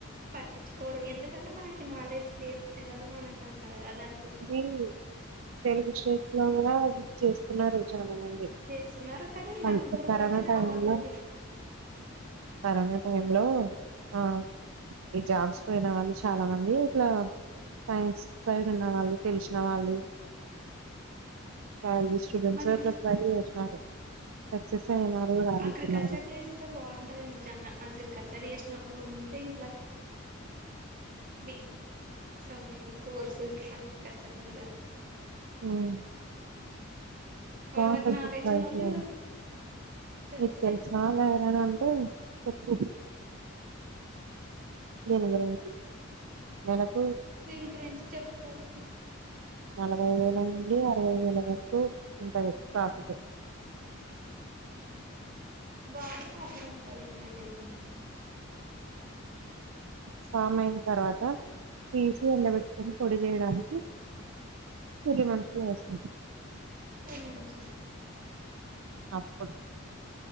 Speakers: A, on the right; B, on the right.
A: పట్టించుకోరు, ఎందుకంటే మనకి నాలెడ్జ్ లేదు తెలంగాణ దంత అదం
B: అది తెలుగు స్టేట్స్ లో కూడా చేస్తున్నారు చాలా మంది.
A: చేస్తున్నారు కానీ
B: అ
A: మన ఊరు
B: కరోనా
A: వరకు రావాల
B: టైంలో,
A: అది
B: కరోనా టైంలో ఆ ఈ జాబ్స్ పోయిన వాళ్ళు చాలా మంది ఇట్లా, సైన్స్ సరిగా ఉన్న వాళ్ళు తెలిసిన వాళ్ళు <unintelligible> స్టూడెంట్స్
A: మని
B: అట్లా ట్రై చేసినారు. సక్సెస్ అయినారు రాణిస్తున్నారు
A: అగ్రికల్చర్ చేసుంటే బాగుంటది నిజంగా. అగ్రిక కల్చర్ చేసినప్పు ఉండుంటే ఇంట్లా బి సంథింగ్ కోర్స్ అగ్రికల్చర్ మీద
B: ఉమ్
A: వాళ్ళకి
B: బాగుంటది
A: నాలెడ్జ్ ఉన్నోళ్ళు
B: <unintelligible>
A: చెప్తే
B: నీకు తెలుసా <unintelligible> ఉమ్ చెప్పు దేన్ గురించి ననామ్
A: దేన్ గురించి చెప్ తారు
B: నలభై వేల నుండి అరవై వేల వరకు ఉంటది ప్రాఫిటు
A: బానే లాబామ్ వస్తది ఇంగ అట్ట అయితే
B: సామ్ అయిన తర్వాత తీసి ఎండబెట్టు కొనిపోడే చేయడానికి కూలి మనుషుల్ అవ్సరం
A: మంచ్ ఎ
B: అప్పుడు